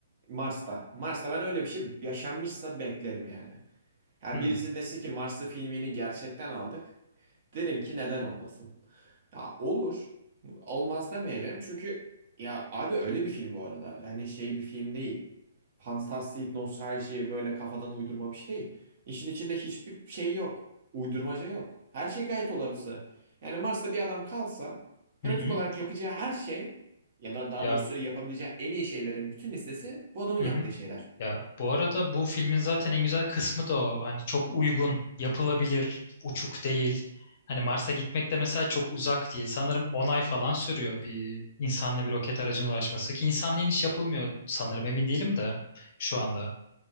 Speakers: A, on the right; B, on the left.
A: Mars'ta. Mars'ta ben öyle bir şey yaşanmışsa beklerim yani. Ya
B: Hmm.
A: birisi dese ki Marslı filmini gerçekten aldık. Derim ki neden olmasın. Ya olur. Olmaz demeyelim. Çünkü ya abi öyle bir film bu arada. Hani şey bir film değil. Fantastik, nostalji, böyle kafadan uydurma bir şey değil. İşin içinde hiçbir şey yok. Uydurmaca yok. Her şey gayet olası. Yani Mars'ta bir adam kalsa pratik
B: Hı hı.
A: olarak yapacağı her şey ya da daha
B: Ya
A: doğrusu yapabileceği en iyi şeylerin bütün listesi bu adamın
B: hı
A: yaptığı
B: hı.
A: şeyler.
B: Ya bu arada bu filmin zaten en güzel kısmı da o. Hani çok uygun, yapılabilir, uçuk değil. Hani Mars'a gitmek de mesela çok uzak değil. Sanırım 10 ay falan sürüyor bir insanla bir roket aracına ulaşması ki insanla iniş yapılmıyor sanırım emin değilim de şu anda.